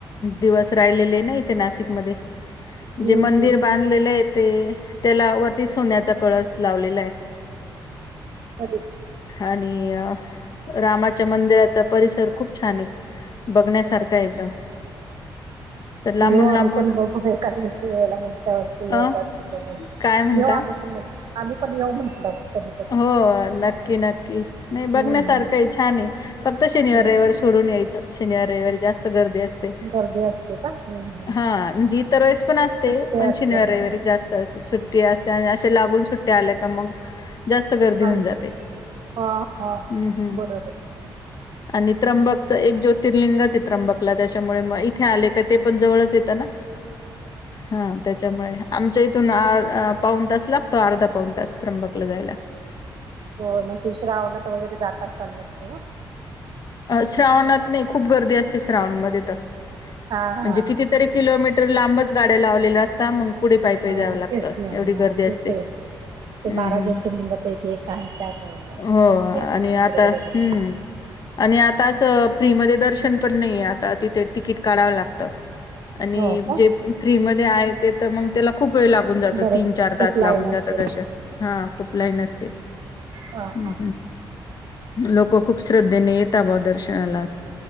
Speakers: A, on the left (about 45°); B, on the right (about 55°).
A: दिवस राहिलेले ना इथे नाशिक मध्ये
B: हम्म
A: जे मंदिर
B: हम्म
A: बांधलेलं आहे. ते त्याला वरती सोन्याचा कळस लावलेला आहे.
B: अरे
A: आणि रामाच्या मंदिराचा परिसर खूप छान आहे. बघण्यासारखा एकदम तर लांबून
B: येऊ आम्ही
A: लांबून
B: पण बघू एका वयला वरच्या वरचे येऊ
A: अ
B: का बघू.
A: काय म्हणता?
B: येऊ आम्ही पण म्हटलं आम्ही पण येऊ म्हटलं कधीतध
A: हो नक्की नक्की नाही
B: हम्म
A: बघण्यासारखं
B: हम्म
A: आहे छान आहे फक्त शनिवार
B: हम्म.
A: रविवार सोडून यायचं. शनिवार रविवारी जास्त गर्दी असते.
B: गर्दी असते का? हम्म हम्म.
A: हा म्हणजे इतर वेस पण असते
B: सुट्ट्या
A: पण
B: असल्यामुळे
A: शनिवार जास्त सुट्ट. सुट्टी असते आणि असे लागून सुट्ट आल्या का मग जास्त गर्दी होऊन
B: आणि
A: जाते
B: हा
A: हम्म हम्
B: बरोबर आहे.
A: आणि चित्रंबकच एक ज्योतिर्लिंग चित्रंबकला त्याच्यामुळे मग इथे आले का ते पण जवळच येतं ना. हा त्याच्यामुळे आमच्या इथून पाऊन तास लागतो अर्धा पाऊन तास त्रंबकलं जाायला.
B: होय मग तुशी रावणात वगैरे जात असाल ना तुम्ही म
A: श्रावणात नाही खूप गर्दी असते श्रावणमध्ये तर
B: हा
A: म्हणजे
B: हा
A: कितीतरी किलोमीट लांबच गाड्या लावलेल्या असता मग पुढे पायपी
B: हा
A: जावं लागतं
B: तेच ना
A: एवढी
B: हा
A: गर्दी असते.
B: तेच ते ते
A: हम्म
B: बारा
A: हम्म
B: ज्योतिर्लिंगापैकी एक आहे त्यामुळे मग
A: हो
B: गर्दी असेल
A: आणि आता
B: तिकडे बरोबर.
A: हम्म आणि आता असं फ्रीमध्ये दर्शन पण नाहीे आता तिथे तिकीट काढावं लागत. आणि
B: हो का?
A: जे फ्रीमध्ये आहे ते तर मग तर खूप खूप वेळ लागून जातात.
B: बरं
A: तीन चार
B: खूप
A: तास
B: लाईन
A: लागून
B: असेल
A: जातात. असे, हा.. खूप लाईन असते.
B: ह
A: हम्म
B: हा.
A: लोक खूप श्रद्धेने येत बा दर्शनाला.